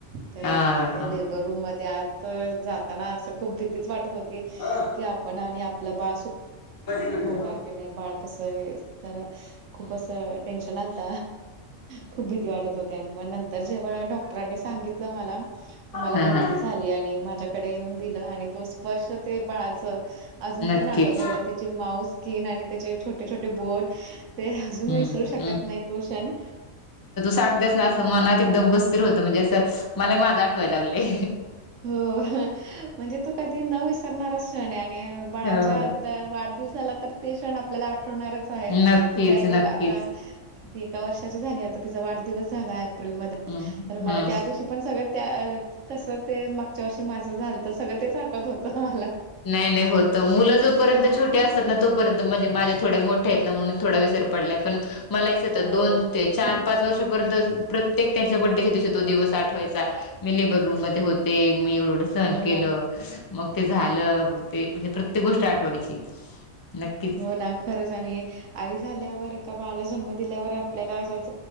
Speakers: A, on the right; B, on the left.
A: तर,
B: हा
A: ते लेबर रूम मध्ये आत जाताना. असं खूप भत तीच वाटत होती.
B: हा
A: की, आपण आणि आपलं बाळ सुखकर
B: हा
A: होणार का नाही? बाळ कस आहे. तर खूप असं टेन्शन आलत. खूप भीती वाटत होते. आणि म नंतर जेव्हा डॉक्टरांनी सांगित तला मला. तुम्ही
B: हा
A: मुली झाली. आणि माझ्या कडे येऊन दिलं. आणि तो स्पर्श ते बाळाच अजून
B: नक्कीच
A: पण आठवत ऐवढ ते ती माऊस स्किन. आणि त्याचे छोटे छोटे बोट. ते. अजून
B: हम्म
A: विसरू शकत नाही. तो क्षण.
B: सांगतेच न <unintelligible> मनात एकदम कस्तिर होत. म्हणजे असं. मलाही माझं आठवाय लागलय.
A: हो. म्हणजे तो कधी न विसरणारा क्षणे. आणि बाळाच्या
B: होय
A: वाढदिवसाला तर, ते क्षण आपल्याला आठवणारच आहे.
B: नक्कीच
A: तिचं आहे ग. आता.
B: नक्कीच
A: ती एका वर्षाची झाली आता. तिचा वाढदिवस झाला एप्रिलमध्ये.
B: हम्म
A: तर मला
B: हम्म
A: त्या दिवशी पण सगळं त्या. कसं ते मागच्या वर्षी माझं झालत. सगळं तेच आठत होतं मला.
B: नाही. नाही. होत त. मुलं जोपर्यंत छोटे असतात ना तोपर्यंत. म्हणजे माझ्या थोडे मोठ्या आहेत ना म्हणून थोडा विसर पडलाय. पण मला ते होते.
A: हो
B: दोन ते चार पाच वर्षापर्यंत. प्रत्येक त्यांच्या बड्डेच्या दिवसी. तो दिवस आठवायचा. मी लेबर रूम मध्ये होते. म एवढं एवढस सण
A: हो
B: केलं
A: ना.
B: मग ते झालं. मग ते. म्हणजे प्रत्येक गोष्ट आठ ठवायची. नक्कीच.
A: हो ना खरंच. आणि आई झाल्यावर एका बाळाला जन्म दिल्यावर आपल्याला असाच